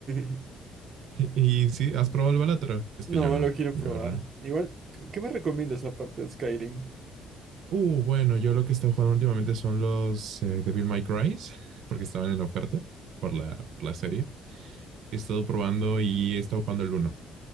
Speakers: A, on the right; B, on the right.
A: <laughs>
B: y, sí, ¿has probado el Balatro? Es
A: No,
B: que yo no.
A: lo quiero probar.
B: Yo, real.
A: Igual, ¿qué me recomiendas aparte de Skyrim?
B: Uh, bueno, yo lo que he estado jugando últimamente son los eh, Devil May Cry, <laughs> porque estaban en oferta por la, por la serie. he estado probando y he estado jugando el uno.